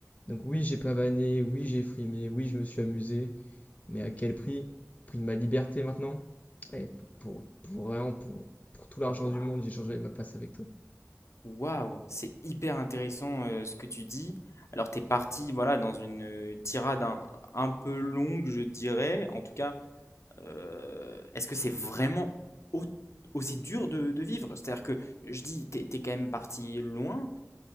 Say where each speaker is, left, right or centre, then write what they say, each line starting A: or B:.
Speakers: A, on the left; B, on the left.
A: Donc oui, j'ai pavané, oui, j'ai frimé, oui, je me suis amusé, mais à quel prix? Prix de ma liberté maintenant? Et pour, pour vraiment, pour, pour tout l'argent
B: Waouh.
A: du monde, j'ai changé ma place avec toi.
B: Waouh, c'est hyper intéressant euh, ce que tu dis. Alors t'es parti voilà dans une euh, tirade un, un peu longue, je dirais. En tout cas, euh, est-ce que c'est vraiment au- aussi dur de, de vivre? C'est-à-dire que je dis t'es t'es quand même parti loin.